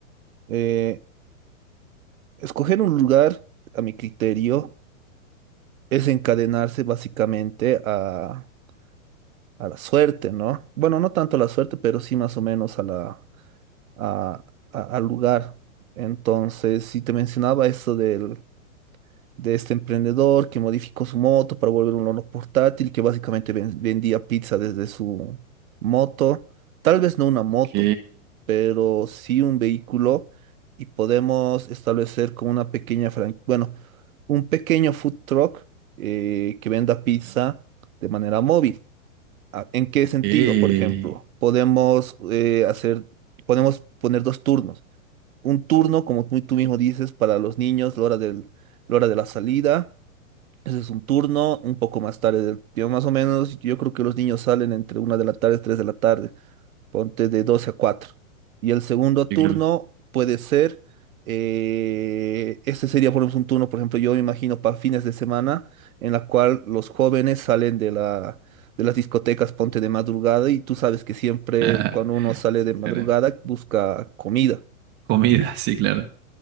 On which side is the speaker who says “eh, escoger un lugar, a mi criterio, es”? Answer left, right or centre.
Right